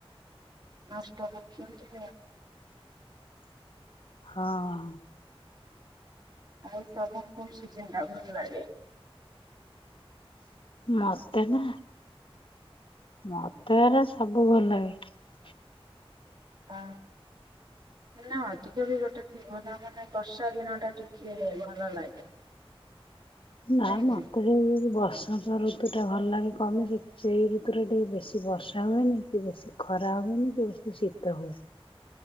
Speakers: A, on the right (about 45°); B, on the left (about 60°).
A: ନଷ୍ଟ <inaudible>
B: ହଁ,।
A: ଆଉ ତମକୁ, କୋଉ ସିଜିନି ଟା ଭଲ ଲାଗେ।
B: ମତେ ନା ମତେ ହେରା, ସବୁ ଭଲ ଲାଗେ।
A: ଆ ନା ଅଧିକ ବି ଗୋଟେ ଥିବ, ନା ମାନେ ବର୍ଷା ଦିନ ଟା ଟିକେ ଭଲ ଲାଗେ।
B: ନା,
A: ନାଇଁ
B: ମତେ
A: କି?
B: ଯୋଉ ବର୍ଷା ସନ୍ତ ଋତୁ ଟା ଭଲ ଲାଗେ, କମି କି ସେଇ ଋତୁରେ ଟିକେ ବେଶୀ ବର୍ଷା ହୁଏନି, କି ବେଶୀ ଖରା ହୁଏନି, କି ବେଶୀ ଶୀତ ହୁଏନି।